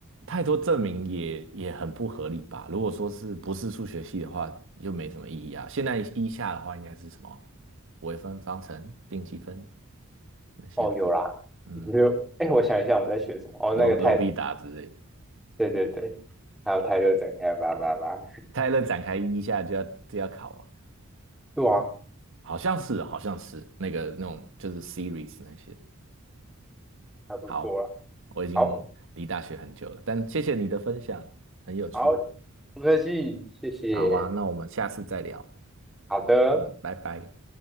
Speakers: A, on the right; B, in the centre.
A: 太多证明也也很不合理吧？如果说是不是数学系的话，就没什么意义啊。现在一下的话，应该是什么微分方程、定积分那些的，
B: 哦，有啦，
A: 嗯，
B: 有哎、我想一下我们在学什么？哦，
A: 罗罗必达之类的。
B: 那个泰，对对对，还有泰勒展开叭叭叭，
A: 泰勒展开一下就要就要考
B: <laughs> 对啊，
A: 啊，好像是好像是那个那种就是 series 那些。
B: 还不错啦。
A: 好，我已经离大学很久了，
B: 好，
A: 但谢谢你的分享，很有趣。
B: 好，没关系，谢谢，
A: 好啊，那我们下次再聊。
B: 好的。
A: 嗯，拜拜。